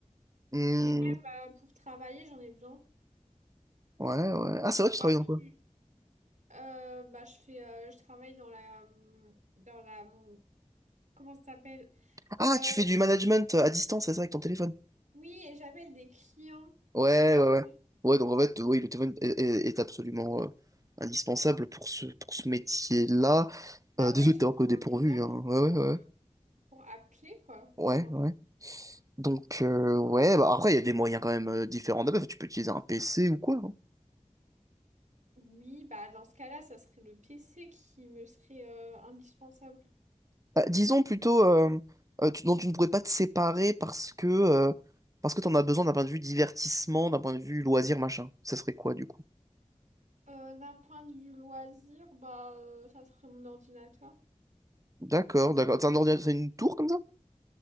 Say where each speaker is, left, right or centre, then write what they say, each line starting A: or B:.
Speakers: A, on the right; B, on the right.
A: Hmm,
B: Et même euh, pour travailler, j'en ai besoin.
A: ouais, ouais. Ah, c'est vrai, tu
B: Pour
A: travailles
B: appuyer.
A: dans quoi?
B: Euh, bah, je fais, euh, je travaille dans la, mmh, dans la, mmh, comment ça s'appelle?
A: Ah,
B: Euh,
A: tu fais du management euh, à distance, c'est ça, avec ton téléphone.
B: oui, et j'appelle des clients
A: Ouais,
B: toute la
A: ouais, ouais.
B: journée.
A: Ouais, donc en fait, oui, le téléphone est, est- est absolument euh, indispensable pour ce, pour ce métier-là.
B: Bah
A: Euh, désolé
B: ouais, j'ai,
A: de t'avoir pris au
B: j'en
A: dépourvu,
B: ai besoin
A: hein. Ouais,
B: pour,
A: ouais,
B: euh,
A: ouais.
B: pour appeler quoi,
A: Ouais,
B: tout simplement.
A: ouais. Donc, euh, ouais, bah après, il y a des moyens quand même euh, différents d'appel. Tu peux utiliser un PC ou quoi. hein.
B: Oui, bah dans ce cas-là, ça serait le PC qui me serait euh, indispensable.
A: Euh, disons plutôt, euh, euh, tu- dont tu ne pourrais pas te séparer parce que, euh, parce que t'en as besoin d'un point de vue divertissement, d'un point de vue loisir, machin. Ça serait quoi, du coup?
B: Euh, d'un point de vue loisir, bah euh, ça serait mon ordinateur.
A: D'accord, d'accord. C'est un ordinateur, c'est une tour comme ça?